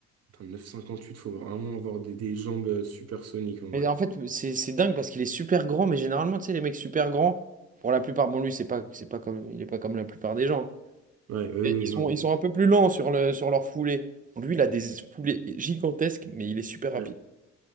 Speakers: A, on the right; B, on the right.
A: Putain, neuf virgule cinquante-huit, faut vraiment avoir des, des jambes euh, supersoniques, en vrai.
B: Mais en fait, c'est c'est dingue parce qu'il est super grand, mais généralement, tu sais, les mecs super grands, pour la plupart, bon, lui, c'est pas, c'est pas comme, il est pas comme la plupart des gens.
A: Ouais, oui,
B: Et ils
A: oui, non.
B: sont, ils sont un peu plus lents sur le, sur leur foulée. Lui, il a des foulées gigantesques, mais il est super rapide.
A: ouais.